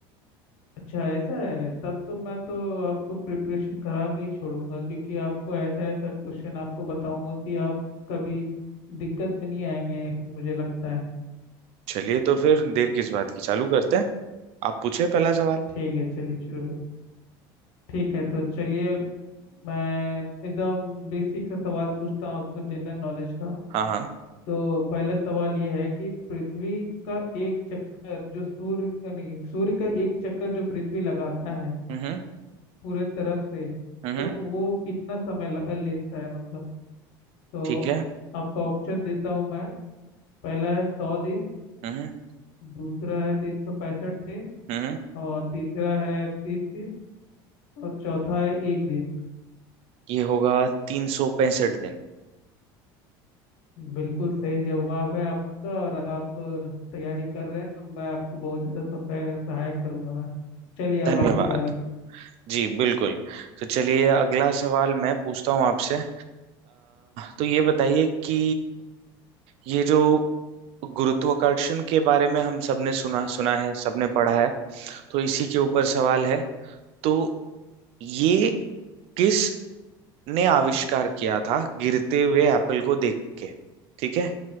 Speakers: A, on the left; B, on the right.
A: अच्छा ऐसा है तब तो मैं तो आपको प्रिपरेशन करा के ही छोड़ूंगा क्योंकि आपको ऐसा ऐसा क्वेश्चन आपको बताऊंगा कि आप कभी दिक्कत में नहीं आएंगे मुझे लगता है
B: चलिए तो फिर देर किस बात की चालू करते हैं आप पूछे पहला सवाल
A: ठीक है चलिए शुरू कर ठीक है तो चलिए मैं एकदम बेसिक सा सवाल पूछता हूँ आपको जनरल नॉलेज का
B: हाँ हाँ
A: तो पहला सवाल ये है कि पृथ्वी का एक चक्कर जो सूर्य का नहीं सूर्य का एक चक्कर जो पृथ्वी लगाता है
B: हम्म हम्म
A: पूरे तरफ से
B: हम्म,
A: तो
B: हम्म,
A: वो कितना समय ल- लेता है मतलब तो
B: ठीक है
A: आपका ऑप्शन देता हूँ मैं पहला है सौ दिन
B: हम्म
A: दूसरा है तीन सौ पैंसठ दिन
B: हम्म हम्म।
A: और तीसरा है तीस दिन और चौथा है एक दिन
B: ये होगा तीन सौ पैंसठ दिन
A: बिल्कुल सही जवाब है आपका और आप अ, तैयारी कर रहे हैं तो मैं आपको बहुत ज़्यादा सफाय- सहायक करूंगा मैं चलिए
B: धन्यवाद
A: अब आपकी बारी
B: जी बिल्कुल तो चलिए अगला सवाल मैं पूछता हूँ आपसे अ, तो ये बताइए कि ये जो गुरुत्वाकर्षण के बारे में हम सबने सुना सुना है सबने पढ़ा है तो इसी के ऊपर सवाल है तो ये किस ने आविष्कार किया था गिरते हुए एप्पल को देख के ठीक है